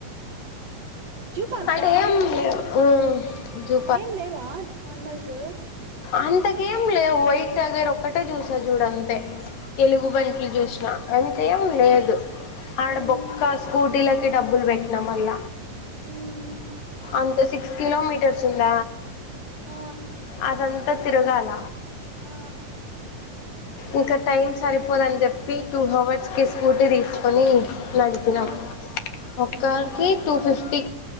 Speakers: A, on the right; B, on the left.
A: జూ పార్క్
B: ఆడేం లేవు ఉమ్, జూ
A: ఏం లేవా అన్మల్స్
B: అంత కేం లే వైట్ తగారు ఒక్కటే చూసా చూడంతే తెలుగు బంలు చూసిన ఎంతేం లేదు ఆడ
A: మ్మ్
B: బొక్క స్కూటీలకి డబ్బులు పెట్టిన వల్ల
A: మ్మ్
B: అంత సిక్స్ కిలోమీటర్స్ ఉంద
A: ఆ
B: అదంతా తిరగాల
A: ఆ
B: ఇంకా టైం సరిపోదని చెప్పి టూ అవర్స్కి స్కూటీ తీసుకొని నడిపినాం
A: ఆ
B: ఒక్కకి
A: మ్మ్
B: టూ ఫిఫ్టీ